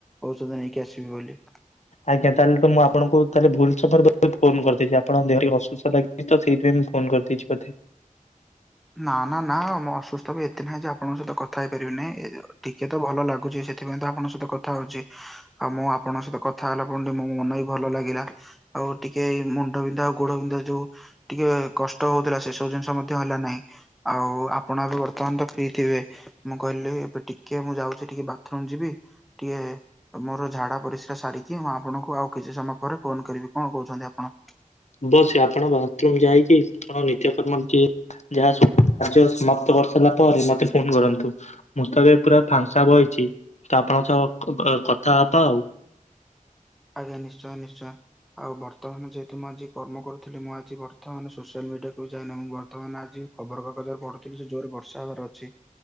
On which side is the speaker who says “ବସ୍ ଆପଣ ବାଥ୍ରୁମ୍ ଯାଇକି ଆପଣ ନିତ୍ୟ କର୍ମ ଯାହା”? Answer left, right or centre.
Left